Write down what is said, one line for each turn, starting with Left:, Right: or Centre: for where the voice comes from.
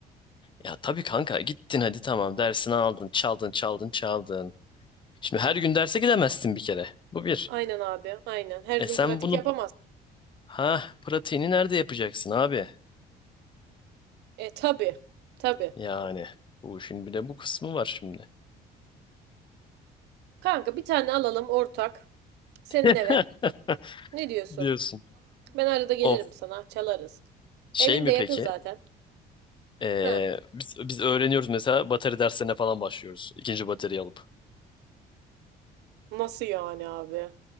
Left: Ya tabii kanka gittin hadi tamam dersini aldın çaldın çaldın çaldın. Şimdi her gün derse gidemezsin bir kere. Bu bir.
Right: Aynen abi, aynen. Her
Left: E
Right: gün
Left: sen
Right: pratik
Left: bunu
Right: yapamaz.
Left: ha pratiğini nerede yapacaksın abi?
Right: E tabi, tabi.
Left: Yani bu işin bir de bu kısmı var şimdi.
Right: Kanka bir tane alalım ortak. Senin
Left: <laughs>
Right: eve. Ne diyorsun?
Left: Diyorsun.
Right: Ben arada gelirim
Left: Of
Right: sana. Çalarız.
Left: şey
Right: Evin
Left: mi
Right: de yakın
Left: peki?
Right: zaten.
Left: Ee,
Right: Ha.
Left: biz biz öğreniyoruz mesela bateri derslerine falan başlıyoruz. İkinci bateriyi alıp.
Right: Nasıl yani abi?